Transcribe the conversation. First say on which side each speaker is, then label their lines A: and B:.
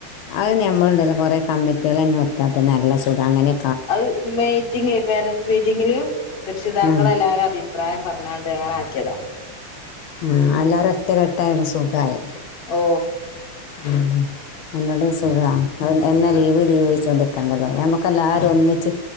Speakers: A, on the left; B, on the left.
A: അത് നമ്മളുണ്ടല്ല കൊറെ കമ്മിറ്റികൾ തന്നെ ഒത്താത്തന്നെ നല്ല സുഖാങ്ങനെ
B: അത് മീറ്റിംഗ പേരൻറ്സ് മീറ്റിങ്ങിലും രക്ഷിതാക്കളെ
A: ഉം
B: എല്ലാവാരും അഭിപ്രായം പറഞ്ഞണ്ട് ഞൻ ആക്കിയതാ
A: ആ എല്ലാരും ഒറ്റ കെട്ടായിണ് സുഖമായി
B: ഓ
A: ഉം എന്നോട് സുഖാ
B: ഉം
A: എന്നാ
B: ഉം
A: ലീവ് ലീവ് ചോയ്ച്ചോണ്ട് കണ്ടല്ലോ ഞമ്മക്ക് എല്ലാരും
B: ഉം
A: ഒന്നിച്ച്